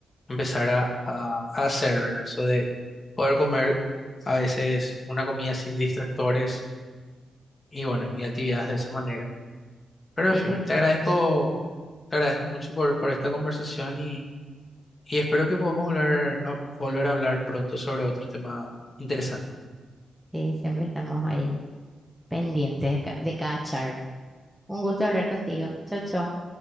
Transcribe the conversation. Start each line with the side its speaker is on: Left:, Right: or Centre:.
Left: empezar a, a- a hacer, ¿verdad? Eso de poder comer a veces una comida sin distractores y bueno, y actividades de esa manera. Pero
Centre: Sí,
Left: en fin,
Centre: porque
Left: te agradezco,
Centre: sí,
Left: te agradezco mucho por, por esta conversación y, y espero que podamos volver a, volver a hablar pronto sobre otro tema interesante.
Centre: sí, siempre estamos ahí pendientes de ca- de cada charla. Un gusto hablar contigo. Chao, chao.